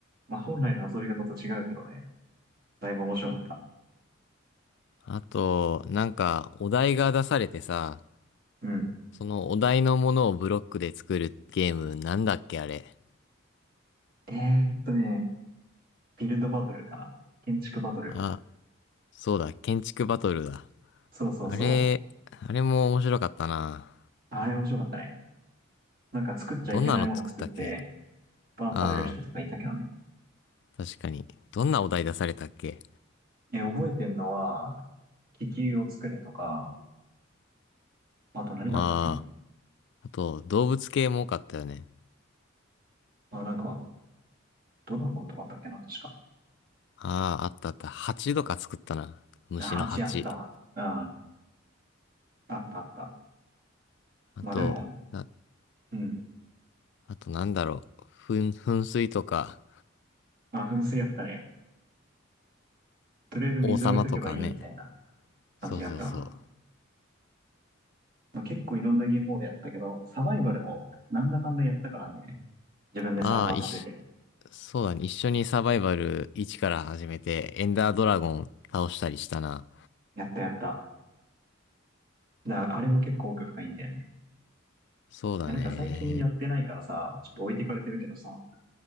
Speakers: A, on the right (about 50°); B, on the left (about 60°).
A: まあ、本来の遊び方と違うけどね、だいぶ面白かった。
B: あと、なんか、お題が出されてさ、
A: うん。
B: そのお題のものをブロックで作るゲーム、なんだっけあれ。
A: えーっとね、ビルドバトルかな。建築バトル。
B: あ、そうだ、建築バトルだ。
A: そうそうそう。
B: あれ、あれも面白かったな。
A: あれ面白かったね。なんか作っちゃいけないものを作って、
B: どんなの作ったっけ
A: バンされる人とかいたけどね。
B: ああ、確かに。どんなお題出されたっけ
A: え、覚えてんのは、気球を作れとか、あと何があったっけな。
B: ああ、あと、動物系も多かったよね。
A: あ、なんか、ドラゴンとかあったっけな、確か。
B: ああ、あったあった。蜂とか作ったな。虫の蜂。
A: あ、蜂あったわ。あ、あったあった。
B: あと、
A: まあでも、
B: な、
A: うん。
B: あとなんだろう。噴、噴水とか、
A: あ、噴水あったね。とりあえず水置いとけばいいみたいな
B: お王様とかね。
A: 感じでやったわ。
B: そうそうそう。
A: まあ、結構いろんなゲームモードやったけど、サバイバルもなんだかんだやったからね。自分でサーバー立てて。
B: ああ、一緒、そうだね。一緒にサバイバル1から始めて、エンダードラゴン倒したりしたな。
A: やったやった。だからあれも結構奥深いんだよね。
B: そうだね。
A: いやなんか最近やってないからさ、ちょっと置いてかれてるけどさ、